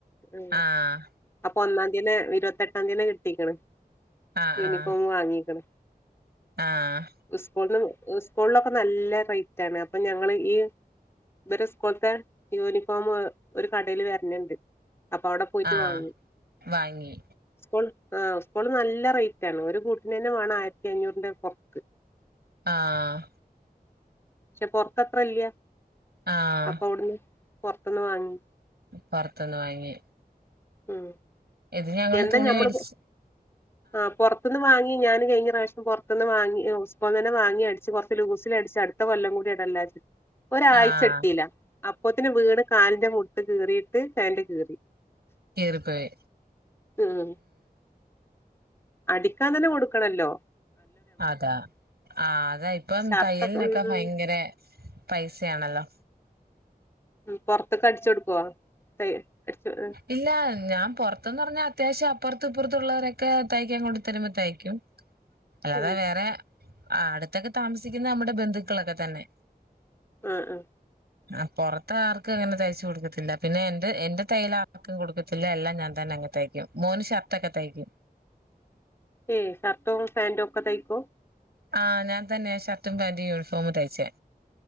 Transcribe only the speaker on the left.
ഉം
അപ്പൊ ഒന്നാന്തിയന്നെ ഇരുവത്തെട്ടാന്തിയെന്നെ കിട്ടീക്ക്ണ്
യൂനിഫോമ്
വാങ്ങീക്ക്ണ്
സ്കൂള് സ്ക്കൂള്ലൊക്കെ നല്ല റൈറ്റാണ് അപ്പം ഞങ്ങള് ഇ വരെ സ്കൂള്ത്തെ യൂനിഫോമ് ഒരു കടേല് വര്ന്ണ്ട് അപ്പൊ അവടെ പോയിട്ട്
വാങ്ങി
ഇപ്പോൾ ആഹ് ഇപ്പളും നല്ല റൈറ്റാണ് ഒരു കൂട്ട്നന്നെ വാണം ആയിരത്തിയഞ്ഞൂറ്ന്റെ പൊറത്ത്
പക്ഷേ പൊറത്ത അത്രയില്ല്യാ
അപ്പം അവട്ന്ന് പൊറത്ത്ന്ന് വാങ്ങി
ഉം
എന്താ
ഞമ്മള്പ്പ്
ആഹ് പൊറ ത്ത്ന്ന് വാങ്ങി ഞാന് കഴിഞ്ഞ പ്രാവശ്യം പൊറത്ത്ന്ന് വാങ്ങി സ്ക്കൂള്ന്നന്നെ വാങ്ങി അടിച്ച് കൊറച്ച് ലൂസില് അടിച്ച് അട്ത്ത കൊല്ലക്കൂടി ഇടല്ലോച്ച് ഒരാഴ്ച
ഇട്ടീല്ല അപ്പോത്തിന് വീണ് കാലിന്റെ മുട്ട് കീറീട്ട് ഫേന്റ് കീറി
ഉം അടിക്കാനെന്ന കൊട്ക്കണല്ലോ
ഷർട്ടൊക്കെ
ഉം
ഉം പൊറത്ത്ക്കടിച്ചൊട്ക്കോ തയെ അടിച്ച് ആഹ്
ഉം
ആഹ് ആഹ്
ഏഹ് ഷർട്ടും ഫേന്റൊക്കെ തയ്ക്കും